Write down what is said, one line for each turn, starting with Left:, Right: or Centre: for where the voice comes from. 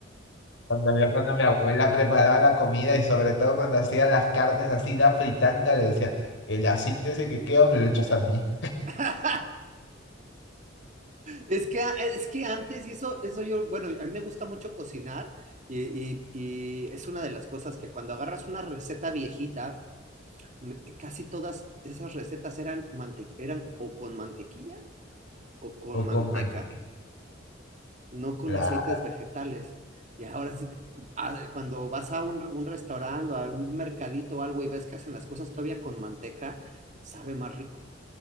Left: Cuando yo, cuando mi abuela preparaba la comida y sobre todo cuando hacía las carnes así, la fritanga, le decía, el aceite ese que queda me lo echas a mí.
Right: <laughs> Es que, ah, es que antes, y eso, eso yo, bueno, a mí me gusta mucho cocinar y, y- y es una de las cosas que cuando agarras una receta viejita, m- casi todas esas recetas eran, mante- eran o con mantequilla o con
Left: O
Right: manteca,
Left: con manteca.
Right: no con
Left: claro.
Right: aceites vegetales. Y ahora sí, te- ah, cuando vas a un, un restaurante o a un mercadito o algo y ves que hacen las cosas todavía con manteca, sabe más rico,